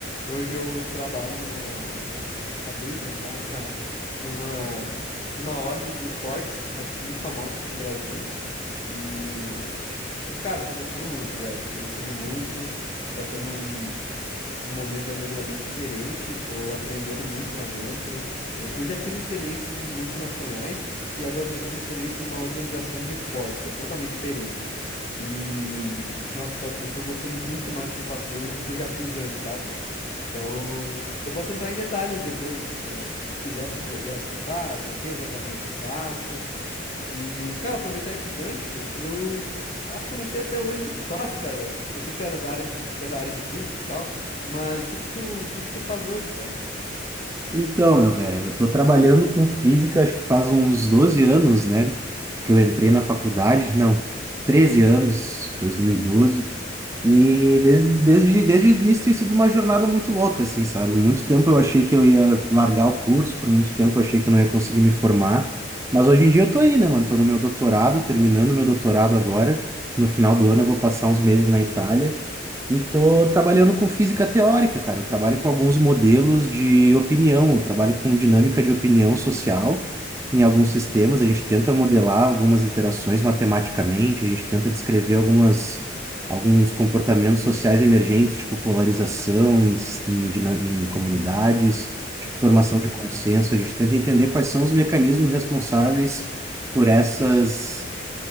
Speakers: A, on the left; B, on the right.
A: Hoje eu trabalho numa. tô- Acabei de entrar, na real, <laughs> numa, numa org de esportes, aqui- muito famosa aqui do Brasil. E, e, cara, eu tô gostando muito, velho. Tô gostando muito. Tá sendo um. um momento da minha vida bem diferente, tô aprendendo muito lá dentro. Eu, eu já tive experiências em multinacionais e agora estou tendo experiência numa organização de esportes, que é totalmente diferente. E, nossa, eu tô, eu tô gostando muito mais do que eu faço hoje do que eu já fiz antes, sabe? Então, eu posso entrar em detalhes depois, eh, se tu quiser, dos projetos que eu faço, o que exatamente eu faço. E, cara, aproveitar esse gancho, eu acho que eu não sei até hoje o que tu <laughs> faz, cara. Eu sei que tu era da área de, tu é da área de física e tal, mas o que que tu, o que que tu faz hoje, cara?
B: Então, meu velho, eu tô trabalhando com física, acho que faz uns 12 anos, né? Que eu entrei na faculdade, não, 13 anos, 2012. E desde, desde, desde o início tem sido uma jornada muito louca, assim, sabe? Muito tempo eu achei que eu ia largar o curso, por muito tempo eu achei que eu não ia conseguir me formar. Mas hoje em dia eu tô aí, né, mano? Tô no meu doutorado, terminando meu doutorado agora. No final do ano eu vou passar uns meses na Itália. E tô trabalhando com física teórica, cara. Eu trabalho com alguns modelos de opinião, eu trabalho com dinâmica de opinião social em alguns sistemas. A gente tenta modelar algumas interações matematicamente, a gente tenta descrever algumas alguns comportamentos sociais emergentes, tipo polarização em, sis- em, dina- em comunidades, tipo
A: Uhum,
B: formação de consenso. A gente tenta entender quais são os mecanismos responsáveis por essas